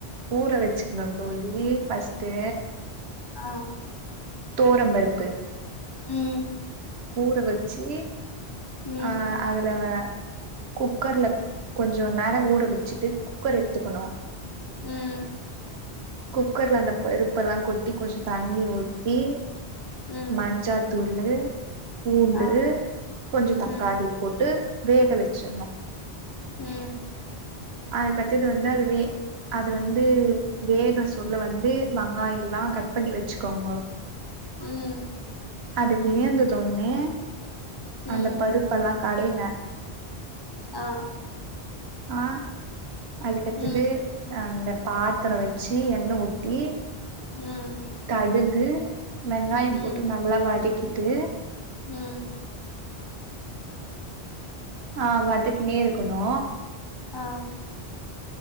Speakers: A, on the right (about 75°); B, on the left (about 30°).
A: ஊர வெச்சுக்ணு தோழி ஃபஸ் ட்டு
B: அ
A: தொவரம் பருப்பு
B: ம்
A: ஊற வச்சி
B: ம்
A: அ அதுல வ குக்கர்ல கொஞ்சோ நேர ஊற வச்சுட்டு குக்கர் எடுத்துக்கணு
B: ம்
A: குக்கர்ல அந்த பருப்பெல்லா கொட்டி கொஞ்ச தண்ணி ஊத்தி
B: ம்
A: மஞ்சாத் தூளு பூண்டு
B: ஆ
A: கொஞ்ச தக்காளி
B: ம்
A: போட்டு வேகவெச்சுன்னு
B: ம்
A: அதுக்கத்தது வந்து அதுவே அது வந்து வேக சொல்ல வந்து வங்காய ல்லா கட் பண்ணி வச்சுக்கோங்கோ
B: ம்
A: அது வேகுந்தொன்னே
B: ம்
A: அந்த பருப்பெல்லா கடைங்க
B: ஆ
A: ஆ அதுக்கத்தது
B: ம்
A: அந்த பாத்திர வச்சி எண்ணெ ஊத்தி
B: ம்
A: கடுகு வெங்காயம்
B: ம்
A: போட்டு நல்லா வதக்கிட்டு
B: ம்
A: ஆ வதக்கினே இருக்கணூ
B: ஆ